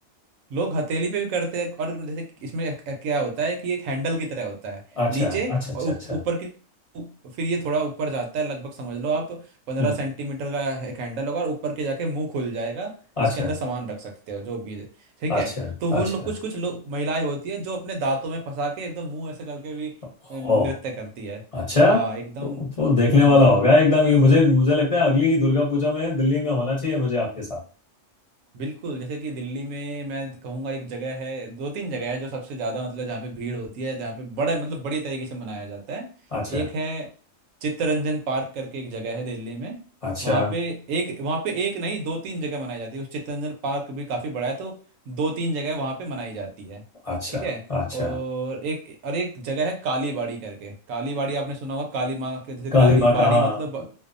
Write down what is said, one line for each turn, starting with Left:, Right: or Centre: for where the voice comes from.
Right: लोग हथेली पे भी करते हैं और जैसे कि इसमें एक- एक क्या होता है कि एक हैंडल की तरह होता है
Left: अच्छा
Right: नीचे
Left: अच्छा अच्छा
Right: और ऊप-
Left: अच्छा
Right: ऊपर की ऊ- फिर ये थोड़ा ऊपर जाता है लगभग समझ लो आप पंद्रह
Left: हम्म
Right: सेंटीमीटर का एक हैंडल होगा और ऊपर के जाके मुंह खुल जाएगा जिसके
Left: अच्छा
Right: अंदर सामान रख सकते हो जो भी है। ठीक
Left: अच्छा
Right: है तो वो
Left: अच्छा
Right: लोग कुछ कुछ लोग महिलाएं होती है जो अपने दांतों में फंसा के एकदम मुंह ऐसे करके भी
Left: ओ
Right: अ, नृत्य करती है
Left: अच्छा
Right: हाँ
Left: तो,
Right: एकदम
Left: तो देखने
Right: हाँ
Left: वाला
Right: जी
Left: होगा एकदम ये मुझे मुझे लगता है अगली दुर्गा पूजा में दिल्ली में होना चाहिए मुझे आपके साथ
Right: बिल्कुल जैसे कि दिल्ली में मैं कहूँगा एक जगह है दो तीन जगह है जो सबसे ज़्यादा मतलब जहाँ पे भीड़ होती है जहाँ पे बड़ा मतलब बड़ी तरीके से मनाया जाता है
Left: अच्छा
Right: एक है चित्तरंजन पार्क करके एक जगह है दिल्ली में
Left: अच्छा
Right: वहाँ पे एक वहाँ पे एक नहीं दो तीन जगह मनाई जाती है उस चित्तरंजन पार्क भी काफ़ी बड़ा है तो दो तीन जगह वहाँ पे मनाई जाती है
Left: अच्छा
Right: ठीक है
Left: अच्छा
Right: और एक और एक जगह है काली बाड़ी करके काली बाड़ी आपने सुना होगा काली माँ के जैसे
Left: काली
Right: काली
Left: माँ कहाँ
Right: बाड़ी मतलब